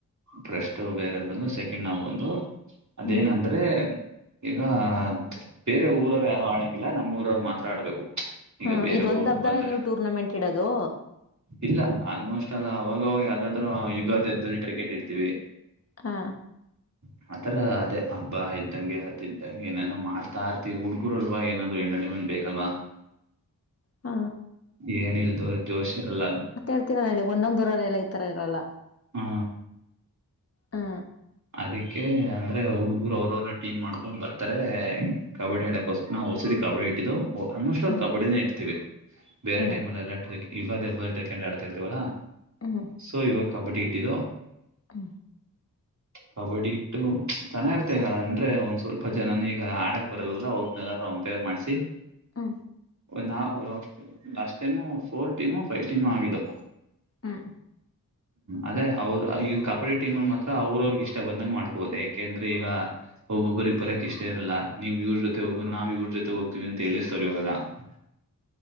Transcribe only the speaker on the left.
ಹ್ಮ್
ಹ
ಇದ ಒಂದ್
ಹಬ್
ನೀವು ಟೂರ್ನಮೆಂಟ್ ಇಡೋದು
ಹಾ
ಹ
ಇರ್ತಿರಲ್ಲ ಹೇಳಿ ಒಂದೊಂದ ದರಲ್ಲ ಈ ತರ ಇರಲ್ಲ
ಹಾ
ಹ್ಮ್
ಹ್ಮ್
ಹೂ
ಹೂ
ಹಾ
ಆ